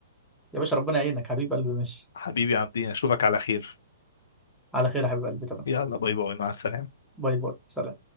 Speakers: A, in the centre; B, on the left (about 70°).
A: يا باشا ربنا يعينك حبيب قلبي ماشي
B: حبيبي يا عبدي اشوفك على خير
A: على خير يا حبيب قلبي تمام
B: يلا باي باي مع السلامة
A: باي باي سلام